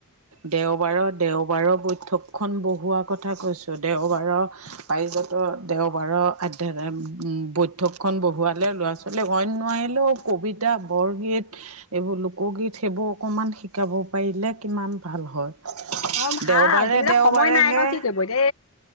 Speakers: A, on the right; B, on the left.
A: দেওবাৰৰ দেওবাৰৰ বৈঠকখনন বহোৱা কথা কৈছো দেওবাৰৰ পাৰিজাত দেওবাৰৰ অধ্যয় বৈঠকখনন বহুৱালে লৰা, ছোৱালী। নোৱাৰিলে ওকবিতা বৰগীত। এইবোৰ লোকগীত সেইবোৰ অকমান শিকাব পাৰিলে কিমান ভাল হয়।
B: অ ভাল
A: দেওবাৰে
B: কিন্তু এয়া
A: দেওবাৰেহে
B: সময় নাই আকৌ কি কৰিব এতি